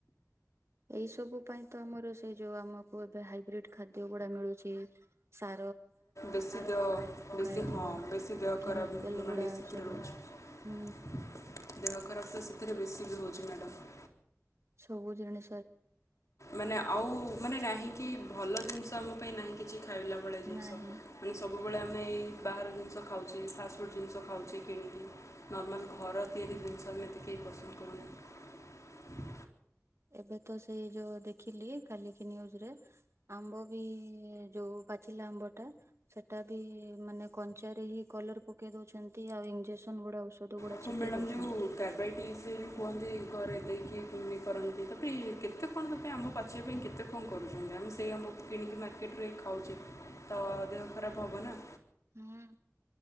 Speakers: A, on the right; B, on the left.
A: ଏଇ ସବୁ ପାଇଁ ତ ଆମର ସେଇ ଯୋଉ ଆମକୁ ଏବେ ହାଇବ୍ରିଡ ଖାଦ୍ୟ ଗୁଡା ମିଳୁଛି ସା
B: ବେଶୀ ଦେହ ବେଶୀ
A: ହେଇଥିବା
B: ହଁ ବେଶୀ ଦେହ ଖରାପ
A: କେମିକାଲ
B: ମାନେ
A: ଗୁଡା
B: ସେଥିରେ
A: ସବୁ
B: ରହୁଛି।
A: ହୁଁ
B: ଦେହ ଖରାପ ତ ସେଥିରେ ବେଶି ବି ହଉଛି ମ୍ୟାଡ଼ାମ।
A: ସବୁ ଜାଣିଶୁଣି
B: ମାନେ ଆଉ ମାନେ ନାହିଁ କି ଭଲ ଜିନିଷ। ତମ ପାଇଁ ନାହିଁ କିଛି। ଖାଇଲା ଭଳିଆ ଜିନିଷ।
A: ନାହିଁ
B: ମାନେ ସବୁ ସବୁବେଳେ ଆମେ ଏଇ ବାହାର ଜିନିଷ ଖାଉଛେ ଫାଷ୍ଟଫୁଡ଼୍ ଜିନିଷ ଖାଉଛେ କିଣିକି ନର୍ମାଲ ଘର ତିଆରି ଜିନିଷ ଆମେ ଏତେ କେହି ପସନ୍ଦ କରୁନେ।
A: ଏବେ ତ ସେଇ ଯୋଉ ଦେଖିଲି କାଲିକି ନ୍ୟୁଜ ରେ ଆମ୍ବ ବି ଯୋଉ ପାଚିଲା ଆମ୍ବ ଟା ସେଟା ବି ମାନେ କଞ୍ଚାରେ ହିଁ କଲର ପକେଇ ଦଉଛନ୍ତି ଆଉ ଇଂଜେକ୍ସନ୍ ଗୁଡା ଔଷଧ ଗୁଡା
B: ହଁ
A: ଛିଟି
B: ମ୍ୟାଡ଼ାମ
A: ଦଉଛନ୍ତି।
B: ଯୋଉ କର୍ବାଇଟ ସେ ଯୋଉ
A: ହଁ
B: କୁହନ୍ତି ଘରେ ଦେଇକି ଘୁମି କରନ୍ତି ତ। ରି କେତେ କଣ ତା ପାଇଁ ଆମ୍ବ ପାଚିବା ପାଇଁ କେତେ କଣ କରୁଛନ୍ତି ଆମ୍ବ ପାଚିବା ପାଇଁ କେତେ କଣ କରୁଛନ୍ତି ଆମେ ସେଇ ଆମ୍ବକୁ କିଣିକି ମାର୍କେଟରେ ଖାଉଛେ ତ ଦେହ ଖରାପ ହବ ନା।
A: ହୁଁ